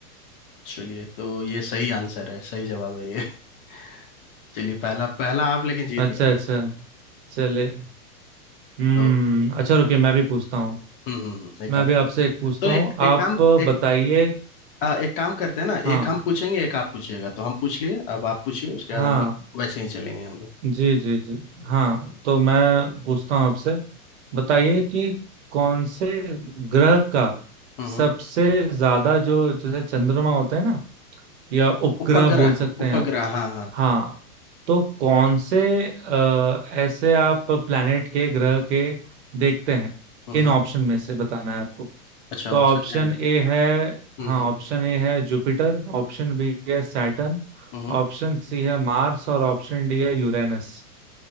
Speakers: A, on the left; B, on the right.
A: चलिए तो ये सही आंसर है सही जवाब है ये <laughs> चलिए पहला पहला आप लेकिन जीत
B: अच्छा
A: गए लेकिन
B: अच्छा चले हम्म
A: तो
B: अच्छा रुकिए मैं भी पूछता हूँ
A: हम्म हम्म हम्म, एक
B: मैं
A: आप
B: भी आपसे एक पूछता
A: तो एक
B: हूँ
A: एक
B: आप
A: काम एक
B: बताइए
A: आ, एक काम करते हैं ना
B: हाँ
A: एक हम पूछेंगे एक आप पूछिएगा तो हम पूछ लिए अब आप पूछिए उसके बाद
B: हाँ
A: हम लोग वैसे ही चलेंगे हम लोग
B: जी जी जी हाँ तो मैं पूछता हूँ आपसे बताइए कि कौन से ग्रह का
A: हम्म हम्म।
B: सबसे ज्यादा जो जैसे चंद्रमा होता है ना या उपग्रह
A: उपग्रह
B: बोल सकते
A: उपग्रह
B: हैं आप
A: हाँ हाँ
B: हाँ तो कौन से अ, ऐसे आप प्लैनेट के ग्रह के देखते हैं
A: हम्म
B: इन
A: हम्म।
B: ऑप्शन में से बताना है आपको
A: अच्छा
B: तो
A: ऑप्शन
B: ऑप्शन
A: है
B: ए है
A: हम्म
B: हाँ
A: हम्म
B: ऑप्शन ए है जुपिटर ऑप्शन बी है सैटर्न
A: हम्म हम्म।
B: ऑप्शन सी है मार्स और ऑप्शन डी है यूरेनस